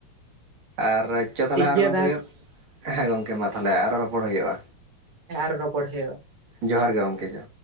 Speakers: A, on the right; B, on the right.
A: ᱟᱨ ᱪᱚ ᱛᱟᱦᱚᱞᱮ
B: ᱴᱷᱤᱠ
A: ᱟᱨᱚ
B: ᱜᱮᱭᱟ
A: ᱱᱚᱝᱠᱟ ᱜᱮ, ᱦᱮᱸ ᱜᱚᱢᱠᱮ ᱢᱟ ᱛᱟᱦᱚᱞᱮ ᱟᱨᱚ ᱨᱚᱯᱚᱲ ᱦᱩᱭᱩᱜᱼᱟ᱾
B: ᱟᱨ ᱨᱚᱯᱚᱲ ᱦᱳᱭᱳᱜᱼᱟ᱾
A: ᱡᱚᱦᱟᱨ ᱜᱮ ᱜᱚᱢᱠᱮ ᱡᱚ